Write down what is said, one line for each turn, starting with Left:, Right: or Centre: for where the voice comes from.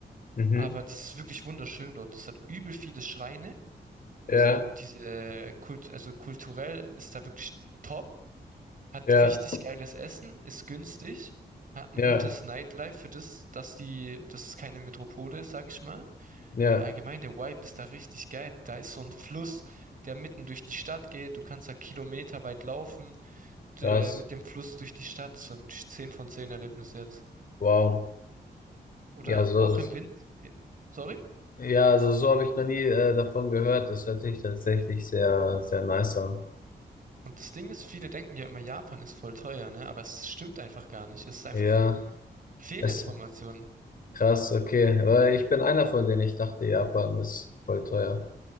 Left: Mhm.
Right: Aber das ist wirklich wunderschön dort. Das hat übel viele Schreine.
Left: Ja.
Right: Also diese Kult, also kulturell ist da wirklich top, hat
Left: Ja.
Right: richtig geiles Essen, ist günstig, hat ein
Left: Ja.
Right: gutes Nightlife für das, dass die, dass es keine Metropole ist, sag ich mal.
Left: Ja.
Right: Und allgemein der Vibe ist da richtig geil. Da ist so ein Fluss, der mitten durch die Stadt geht. Du kannst da kilometerweit laufen, äh,
Left: Krass.
Right: mit dem Fluss durch die Stadt. Das war wirklich 10 von 10 Erlebnis jetzt.
Left: Wow.
Right: Oder
Left: Ja, so
Right: auch
Left: ist.
Right: im Wind, äh, sorry.
Left: Ja, also so habe ich noch nie äh, davon gehört. Das hört sich tatsächlich sehr, sehr nice an.
Right: Und das Ding ist, viele denken ja immer, Japan ist voll teuer, ne? Aber es stimmt einfach gar nicht. Es ist einfach
Left: Ja,
Right: Fehlinformationen.
Left: ist krass, okay. Weil ich bin einer von denen. Ich dachte, Japan ist voll teuer.